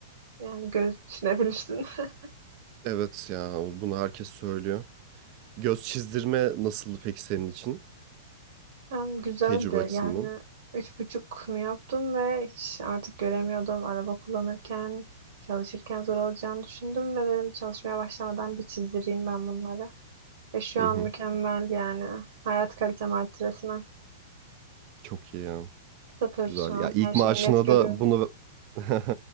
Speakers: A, on the right (about 60°); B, on the right (about 45°).
A: Yani göz düşünebilirsin. <laughs>
B: Evet ya bunu herkes söylüyor. Göz çizdirme nasıldı peki senin için?
A: Hem güzeldi.
B: Tecrübe açısından.
A: Yani üç buçuk mu yaptım ve hiç artık göremiyordum. Araba kullanırken, çalışırken zor olacağını düşündüm ve dedim çalışmaya başlamadan bir çizdireyim ben bunları. Ve şu
B: Hı
A: an
B: hı.
A: mükemmel yani. Hayat kalitem arttı resmen.
B: Çok iyi ya.
A: Sıfır
B: Güzel.
A: şu an.
B: Ya ilk
A: Her şeyi
B: maaşına
A: net görüyorum.
B: da bunu <laughs>